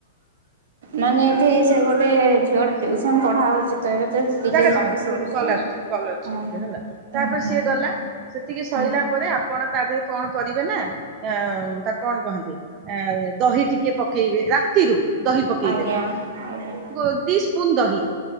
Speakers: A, on the right (about 65°); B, on the right (about 35°).
A: ନା ନିଏକି ସେ ଗୋଟେ ଝିଅଟେ ଟିୁଉସନ ପଢା ହଉଛି। ତ ଏବେ ତ ଟିକେ
B: ଜାଗା
A: ପାଟି
B: ଛାଣନ୍ତୁ,
A: ଶୁଭୁଛି।
B: କଲ
A: ହଁ
B: ଆସୁଚି-କଲ ଅସୁଚି ହେଲା।
A: ହୁଁ
B: ତାପରେ
A: ହୁଁ
B: ସିଏ ଗଲା, ସେତିକି ସଇଲା
A: ହୁଁ
B: ପରେ ଆପଣ ତା ଧରେ କଣ। କରିବେ ନା, ଉ-ଉ ତାକୁ କଣ କହନ୍ତି? ଆ ଦହି ଟିକେ ପକେଇବେ, ରାତିରୁ <inaudible> ଦହି ପକେଇଦବେ,
A: ଆଜ୍ଞା ଆଜ୍ଞା
B: ଦି ସ୍ପୁନ ଦହି